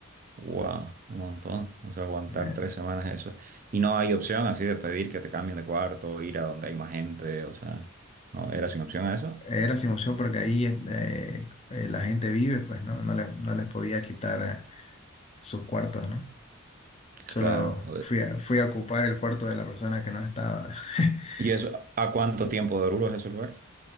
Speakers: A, on the right (about 40°); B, on the left (about 30°).
A: Wow, un montón. O sea, aguantar
B: Eh,
A: tres semanas eso. Y no hay opción así de pedir que te cambien de cuarto, ir a donde hay más gente, o sea, ¿no? ¿Era sin opción a eso?
B: era sin opción porque ahí eh, eh, la gente vive, pues no, no, le- no les podía quitar eh, sus cuartos, ¿no? Solo
A: Claro.
B: fui a, fui a ocupar el cuarto de la persona que no estaba. <laughs>
A: ¿Y eso, a cuánto tiempo de Oruro es ese lugar?